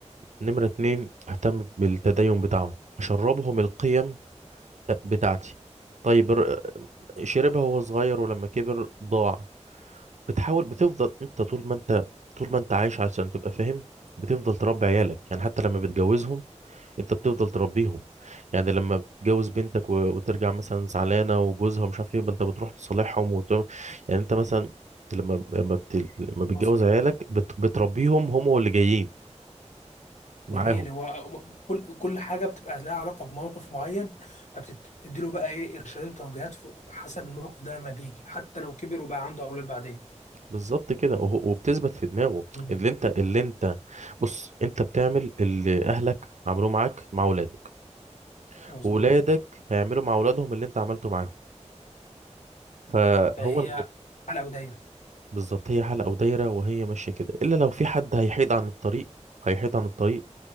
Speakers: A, on the right; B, on the left.
A: نمره اتنين اهتم بالتدين بتاعهم اشربهم القيم بتاعتي طيب ر- شربها وهو صغير ولما كبر ضاع بتحاول بتفضل انت طول ما انت طول ما انت عايش عشان تبقى فاهم بتفضل تربي عيالك يعني حتى لما بتجوزهم انت بتفضل تربيهم يعني لما بتجوز بنتك و... وترجع مثلا زعلانه وجوزها مش عارف ايه انت بتروح تصالحهم وت... يعني انت مثلا لما لما, بت... لما بتجوز
B: وصل
A: عيالك بت... بتربيهم هم واللي جايين معاهم
B: جميل هو كل كل حاجه بتبقى لها علاقه بموقف معين فبتدي له بقى ايه ارشادات وتوجيهات في- حسب الموقف ده لما بيجي حتى لو كبر وبقى عنده اولاد بعدين
A: بالظبط كده وه- وبتثبت في دماغه
B: مم.
A: اللي انت اللي انت بص انت بتعمل اللي اهلك عملوه معاك مع اولادك
B: مظبوط
A: واولادك هيعملوا مع اولادهم اللي انت عملته معاهم فهو
B: فهي
A: الموضوع
B: حلقه ودايره
A: بالظبط هي حلقة ودايرة وهي ماشية كده إلا لو في حد هيحيد عن الطريق هيحيد عن الطريق